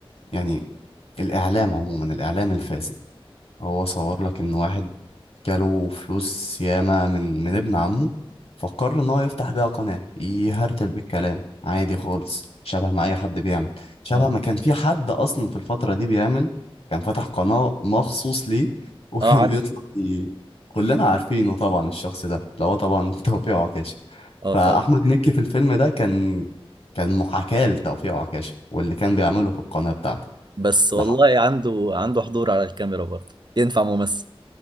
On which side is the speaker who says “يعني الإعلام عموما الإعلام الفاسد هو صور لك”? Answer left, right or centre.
Left